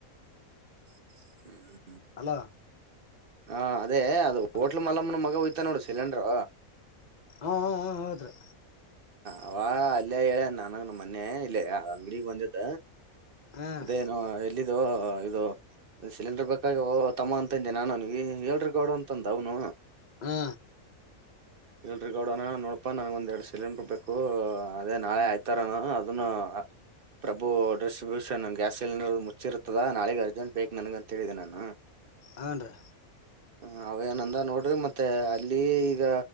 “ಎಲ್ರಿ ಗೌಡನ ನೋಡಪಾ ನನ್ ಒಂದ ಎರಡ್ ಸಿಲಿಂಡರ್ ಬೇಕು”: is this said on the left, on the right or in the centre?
Right